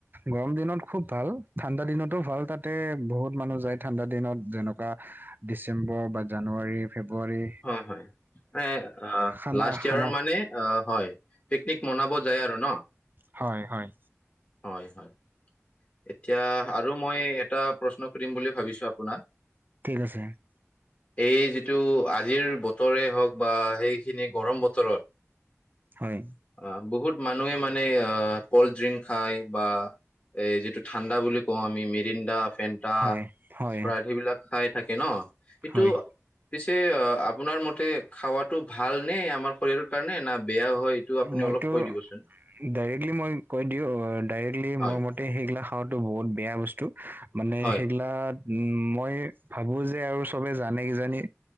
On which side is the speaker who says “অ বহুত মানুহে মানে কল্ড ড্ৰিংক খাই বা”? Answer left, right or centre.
Left